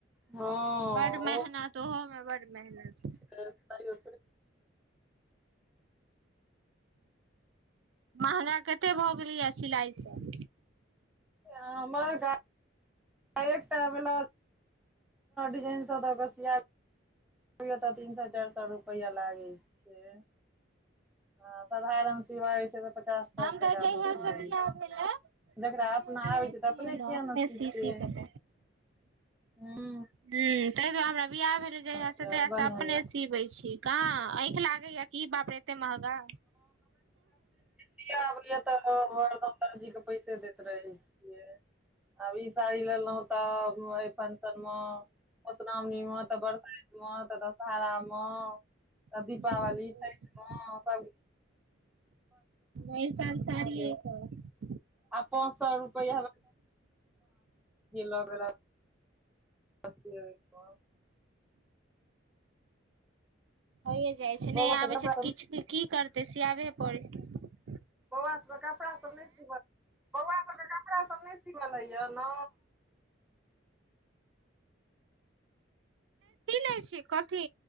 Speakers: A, in the centre; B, on the right (about 75°).
A: हँ
B: बड मेहनत ओहो मे बड़ मेहनत
A: सार ओ
B: महँगा कते भऽ गेलैय या सिलाइसब
A: आ महगाई एकटा ब्लाउज डिजाइन <inaudible> स द क सिया अभयो तऽ तीन सए चार सए रुपया लागै छै हां साधारण सिवाय छै त पचास साइठ
B: हम
A: टका
B: तऽ जहिया
A: म सी
B: से
A: दै
B: बियाह
A: छियै
B: भेलै तहियो
A: जकरा अपना
B: नहि
A: आबै
B: सिएलहुँ
A: छै तऽ अपने कियाए ने सीते
B: सी सी कऽ
A: हूँ
B: ह ताइदुआरे हमरा बियाह भेलै जहियास
A: अच्छा
B: से तहियासँ
A: बढ़िआँ
B: अपने
A: यऽ
B: सिबै छी कहाँ आँइख लागैया की बाप रे एते महगा
A: वियाह भेले तऽ हरदम दर्जी के पैसे दैत रहे छियै अब ई साड़ी लेलहुँ तऽ एहि फंक्शन म मघुश्रामणि म त बरसाइत म तऽ दशहारा म तऽ
B: भरि
A: दीपावली छैठ म सभ
B: वही साल साड़ीये
A: छियै
B: क
A: आ पाँच सौ रुपया लबैला <inaudible> <inaudible>
B: होइए जाइ छै
A: बौआ
B: नय आबै
A: सभके कपड़ा
B: छै तऽ
A: सब
B: किछ की करतै सियाबेे पड़ै छै न
A: बौआ सभके कपड़ा सभ नय सिबल बौआ सभके कपड़ा सभ नय सीवल होइया न
B: <inaudible> छी कथी